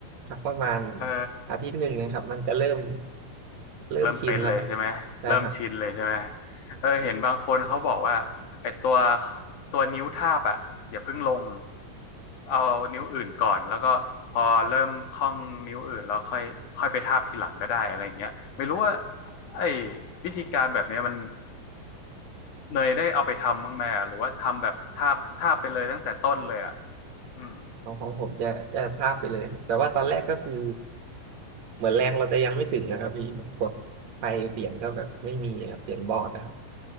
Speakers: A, on the right; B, on the left.
A: สักประมาณ
B: เออ
A: อาทิตย์หนึ่งนะครับมันจะเริ่มเริ่มชินแล้วครับ
B: เริ่มเป็นเลยใช่ไหมเริ่มชินเลยใช่ไหม
A: ใช่ครับ
B: เออเห็นบางคนเขาบอกว่าไอ้ตัวตัวนิ้วทาบอ่ะอย่าเพิ่งลงเอานิ้วอื่นก่อนแล้วก็พอเริ่มคล่องนิ้วอื่นแล้วค่อยค่อยไปทาบทีหลังก็ได้อะไรอย่างเงี้ยไม่รู้ว่าไอ้วิธีการแบบเนี้ยมันเนยได้เอาไปทำบ้างไหมอะหรือว่าทำแบบทาบทาบไปเลยตั้งแต่ต้นเลยอ่ะอืม
A: ของของผมจะจะทราบไปเลยครับแต่ว่าตอนแรกก็คือเหมือนแรงเราจะยังไม่ถึงนะครับพี่เหมือนกดไปเสียงก็แบบไม่มีครับเสียงบอดนะครับ